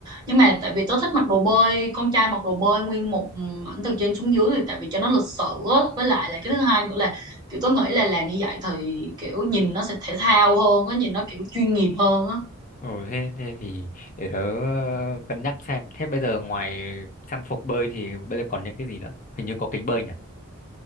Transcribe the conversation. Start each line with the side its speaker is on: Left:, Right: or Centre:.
Right: nhưng mà tại vì tớ thích mặc đồ bơi con trai mặc đồ bơi nguyên một ừ, ảnh từ trên xuống dưới thì tại vì cho nó lịch sự á với lại là
Left: Ừ.
Right: cái thứ hai nữa là kiểu tớ nghĩ là làm như vậy thì kiểu nhìn nó sẽ thể thao hơn á nhìn nó kiểu chuyên nghiệp hơn á
Left: Ừ, thế, thế thì để tớ ờ, cân nhắc xem. Thế bây giờ ngoài trang phục bơi thì bây giờ còn những cái gì nữa? Hình như có kính bơi nhỉ?